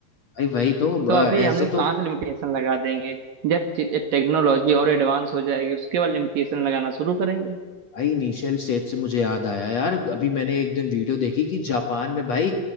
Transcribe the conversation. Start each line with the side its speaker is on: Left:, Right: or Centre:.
Left: भाई वही तो ब-
Right: तो अभी
Left: ऐसे
Right: हम लोग
Left: तो
Right: कहाँ से लिमिटेशन लगा देंगे जब टेक्नोलॉजी और एडवांस हो जाएगी उसके बाद लिमिटेशन लगाना शुरू करेंगे
Left: भाई इनिशियल स्टेज से मुझे याद आया यार अभी मैंने एक दिन वीडियो देखी कि जापान में भाई